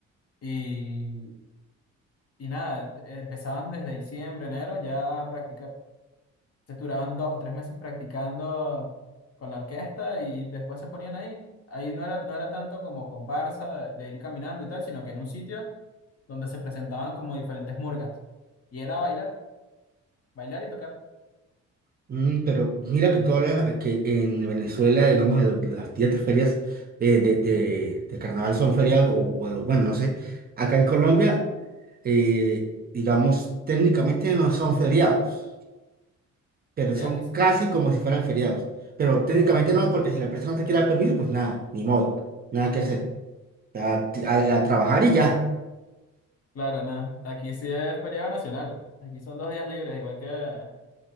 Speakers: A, on the left; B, on the right.
A: Y, y nada, empezaban desde diciembre, enero ya a practicar. Se duraban dos o tres meses practicando con la orquesta y después se ponían ahí. Ahí no era, no era tanto como comparsa de, de ir caminando y tal, sino que en un sitio donde se presentaban como diferentes murgas. Y era bailar, bailar y tocar.
B: Mm, pero mira que todas que en Venezuela, digamos, el- las días de ferias eh, de, de, de carnaval son ferias o, o, bueno, no sé. Acá en Colombia, eh, digamos, técnicamente no son feriados. pero
A: Sí,
B: son
A: aquí. s-
B: casi como si fueran feriados. Pero técnicamente
A: Ok,
B: no, porque si la empresa no te quiere dar permiso, pues nada, ni modo, nada que hacer. A, a- a trabajar y ya.
A: claro, nada. Aquí sí es feriado nacional. Aquí son dos días libres, igual que